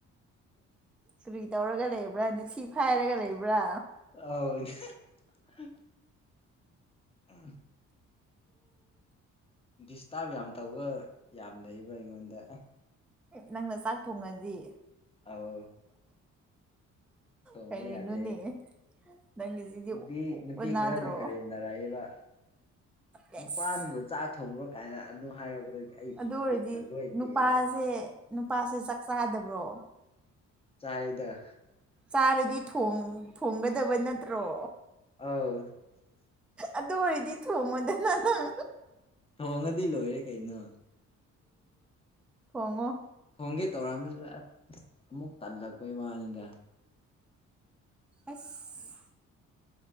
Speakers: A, in the centre; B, on the left.
A: ꯀꯔꯤ ꯇꯧꯔꯒ ꯂꯩꯕ꯭ꯔꯥꯅꯊꯤ ꯐꯥꯏꯔꯒ ꯂꯩꯕ꯭ꯔꯥ
B: ꯑꯧ <inaudible> <inaudible> ꯗꯤꯁꯇꯥꯔꯕ ꯌꯥꯝ ꯇꯧꯕ ꯌꯥꯝꯅꯩꯕ ꯑꯩꯉꯣꯟꯗ
A: ꯅꯪꯅ ꯆꯥꯛ ꯊꯣꯡꯉꯗꯤ
B: ꯑꯧ ꯊꯣꯡꯕ
A: ꯀꯔꯤꯅꯣꯅꯦ
B: ꯌꯥꯗꯦ
A: ꯅꯪꯒꯤꯁꯤꯗꯤ
B: ꯅꯨꯄꯤ
A: ꯑꯣꯟꯅꯗ꯭ꯔꯣ
B: ꯅꯨꯄꯤ ꯈꯥꯔꯅ ꯀꯔꯦꯝꯅꯔꯛꯑꯦꯕ
A: ꯑꯦꯁ
B: ꯅꯨꯄꯥꯅꯕꯨ ꯆꯥꯛ ꯊꯣꯡꯈ꯭ꯔꯣ ꯀꯥꯏꯅ ꯑꯗꯨ ꯍꯥꯏꯔꯛꯄꯗꯒꯤ ꯑꯩ
A: ꯑꯗꯨ ꯑꯣꯏꯔꯗꯤ
B: ꯕꯤꯠꯀ ꯂꯣꯏ ꯇꯦꯛꯑꯦꯕ
A: ꯅꯨꯄꯥꯁꯦ ꯅꯨꯄꯥꯁꯦ ꯆꯥꯛ ꯆꯥꯗꯕ꯭ꯔꯣ
B: ꯆꯥꯏꯗ
A: ꯆꯥꯔꯗꯤ ꯊꯣꯡ ꯊꯣꯡꯒꯗꯕ ꯅꯠꯇ꯭ꯔꯣ
B: ꯑꯧ
A: ꯑꯗꯨ ꯑꯣꯏꯔꯗꯤ ꯊꯣꯡꯉꯣꯗꯅ ꯅꯪ
B: ꯊꯣꯡꯉꯗꯤ ꯂꯣꯏꯔꯦ ꯀꯩꯅꯣ
A: ꯊꯣꯡꯉꯣ
B: ꯊꯣꯡꯒꯦ ꯇꯧꯔꯛꯑꯝꯗꯨꯗ ꯑꯃꯨꯛ ꯇꯜꯂꯛꯄꯩ ꯋꯥꯅꯤꯗ
A: ꯑꯁ